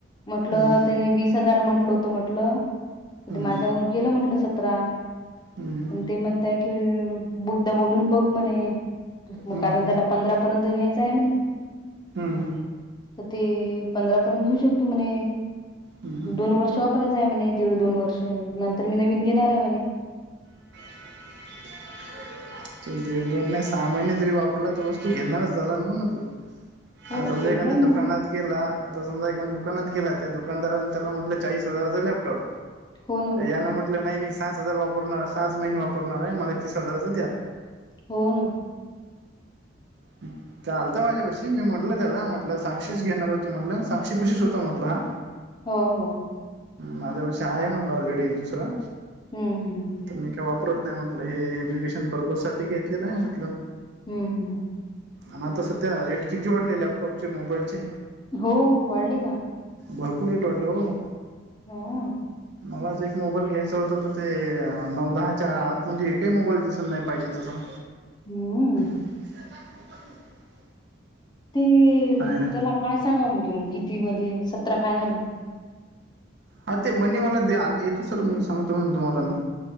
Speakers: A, on the left; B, on the right.
A: म्हटलं
B: हम्म
A: त्याने वीस हजार म्हटलं होतं म्हटलं. आता
B: हम्म
A: माझ्या मुळं केलं म्हंटलं सतरा.
B: हम्म.
A: पण ते म्हणताय की मुद्दा बोलून बघ म्हणे
B: हम्म
A: कारण त्याला पंधरा पर्यंत घ्यायचं आहे म्हणे.
B: हम्म
A: तर ते पंधरा पर्यंत घेऊ शकतो म्हणे
B: हम्म
A: दोन वर्ष शॉपलाच आहे म्हणे दीड दोन वर्ष नंतर मी नवीन घेणार आहे म्हणे
B: <inaudible> दीड दोन नाही सहा महिने जरी वापरला तर वस्तू घेणारच झाला ना म्हण तू ह
A: हो
B: समजा
A: ते
B: एखाद्या
A: आहे म्हणा
B: दुकानात गेला आता समजा एका दुकानात गेला त्या दुकानदाराने त्याला म्हटलं चाळीस हजारचा लॅपटॉप
A: हो ना हो
B: याना
A: ना
B: म्हटलं नाही मी सात हजार वापरणार सात महिने वापरणार आहे मला तीस हजाराचा द्या
A: हो ना
B: इथं आलतं माझ्यापाशी मी म्हटलं त्याला म्हटलं साक्षीस
A: हम्म.
B: घेणार होती म्हटलं साक्षी पशीच होता म्हटला हा
A: हो हो
B: माझ्या पशी आहे म्हटलं ऑलरेडी एक दुसरा
A: हम्म हम्
B: मी काय वापरत नाही म्हटलं हे एज्युकेशन पर्पज साठी घेतलेलं आहे म्हटलं
A: हम्म
B: आणि आता सध्या रेट किती वाढले लॅपटॉपचे मोबाईलचे
A: हो वाढली का?
B: भरपूर रेट वाटलं ओ.
A: हो.
B: मलाच एक मोबाईल घ्यायचा होता तर ते नऊ दहाच्या आतमध्ये एकही मोबाईल दिसल नाही पाहिजे तसा.
A: उम्म.
B: <inaudible>
A: ते
B: आणि
A: त्याला काय सांगा म की मग किती मध्ये सतरा फायनल
B: हा ते मनी मला द्या येतो सर म सांगतो म्हणे तुम्हाला मी